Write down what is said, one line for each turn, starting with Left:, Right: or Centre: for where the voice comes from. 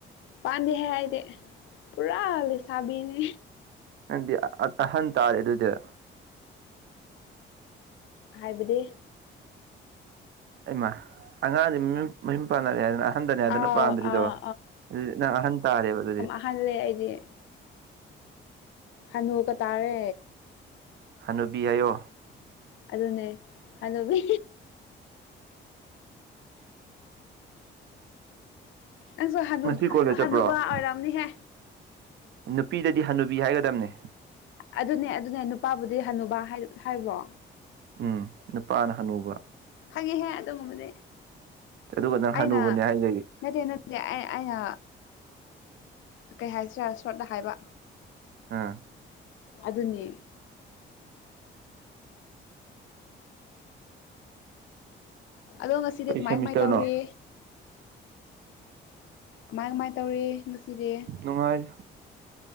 Left: ꯄꯥꯟꯗꯦꯌꯦ ꯑꯩꯗꯤ ꯄꯨꯔꯥ ꯂꯩꯁꯥꯕꯤꯅꯦ
Right: ꯅꯪꯗꯤ ꯑꯍꯟ ꯇꯥꯔꯦ ꯑꯗꯨꯗꯤ
Left: ꯍꯥꯏꯕꯗꯤ
Right: ꯑꯩꯃ ꯑꯉꯥꯡꯗꯤ ꯃꯨ ꯃꯌꯨꯝ ꯄꯥꯟꯅꯔꯦ ꯍꯥꯏꯗꯅ ꯑꯍꯟꯗꯅꯦ ꯍꯥꯏꯗꯅ
Left: ꯑꯥꯎ
Right: ꯄꯥꯟꯗ꯭ꯔꯤꯗꯣ
Left: ꯑꯥ
Right: ꯑꯗꯨ ꯅꯪ ꯑꯍꯟ ꯇꯥꯔꯦꯕ ꯑꯗꯨꯗꯤ
Left: ꯈꯜꯂꯦ ꯑꯩꯗꯤ ꯍꯅꯨꯕ ꯇꯥꯔꯦ
Right: ꯍꯅꯨꯕꯤ ꯍꯥꯏꯌꯣ
Left: ꯑꯗꯨꯅꯦ ꯍꯅꯨꯕꯤ ꯅꯪꯁꯨ
Right: ꯉꯁꯤ ꯀꯣꯂꯦꯖ
Left: ꯍꯅꯨꯕ
Right: ꯆꯠꯄ꯭ꯔꯣ
Left: ꯑꯣꯏꯔꯝꯅꯤꯍꯦ
Right: ꯅꯨꯄꯤꯗꯗꯤ ꯍꯅꯨꯕꯤ ꯍꯥꯏꯒꯗꯕꯅꯦ
Left: ꯑꯗꯨꯅꯦ ꯑꯗꯨꯅꯦ ꯅꯨꯄꯥꯕꯨꯗꯤ ꯍꯅꯨꯕꯥ ꯍꯥꯏꯕ꯭ꯔꯣ
Right: ꯎꯝ ꯅꯨꯄꯥꯅ ꯍꯅꯨꯕ
Left: ꯈꯪꯉꯤꯍꯦ ꯑꯗꯨꯒꯨꯝꯕꯗꯤ
Right: ꯑꯗꯨꯒ ꯅꯪ
Left: ꯑꯩꯅ
Right: ꯍꯅꯨꯕꯅꯦ ꯍꯥꯏꯗꯨꯗꯤ
Left: ꯅꯠꯇꯦ ꯅꯠꯇꯦ ꯑꯩ ꯑꯩꯅ ꯀꯩ ꯍꯥꯏꯁꯤꯔꯥ ꯁꯣꯠꯇ ꯍꯥꯏꯕ
Right: ꯑꯥ
Left: ꯑꯗꯨꯅꯦ ꯑꯗꯣ ꯉꯁꯤꯗꯤ
Right: ꯀꯩ
Left: ꯀꯃꯥꯏ
Right: ꯁꯦꯃꯤꯁꯇꯔꯅꯣ
Left: ꯀꯃꯥꯏ ꯇꯧꯔꯤ ꯀꯃꯥꯏ ꯀꯃꯥꯏ ꯇꯧꯔꯤ ꯉꯁꯤꯗꯤ
Right: ꯅꯨꯡꯉꯥꯏ